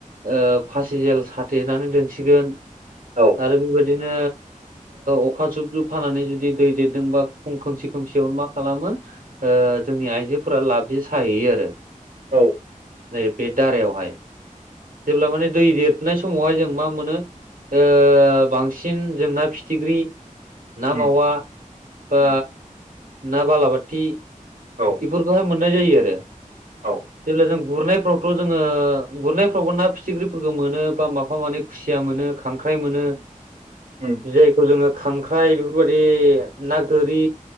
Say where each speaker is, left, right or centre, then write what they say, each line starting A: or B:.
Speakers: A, on the right; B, on the right.
A: ओ फासि जेल साथेनानै दोनसिगोन।
B: औ।
A: आरो बेबायदिनो अखा जुब जुब हानानै जुदि दै देरदोंबा फुं खोमसि खोमसियाव मा खालामो ओ जोंनि आइजोफोरा लाबजि साहैयो आरो।
B: औ।
A: नै बे दारायावहाय जेब्ला माने दै देरनाय समावहाय जों मा मोनो ओ बांसिन जों ना फिथिग्रि ना
B: उम
A: मावा बा
B: उम
A: ना बालाबाथि
B: औ
A: एफोरखौहाय मोननाय जायो आरो।
B: औ
A: जेब्ला जों गुरनायफ्रावथ' जोङो गुरनायफ्रावबो ना फिथिख्रिफोरखौ मोनो बा माफा मानै खुसिया मोनो खांख्राइ मोनो।
B: उम।
A: जायखौ जोङो खांख्राइ बेफोरबायदि ना गोरि,